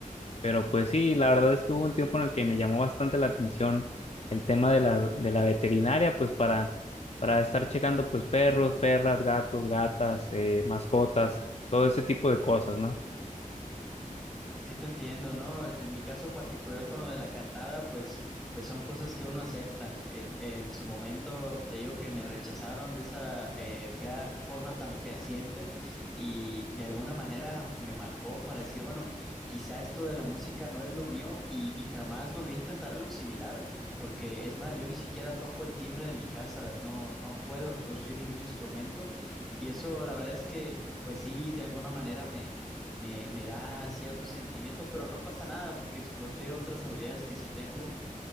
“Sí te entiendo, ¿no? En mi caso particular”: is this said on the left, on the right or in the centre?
Centre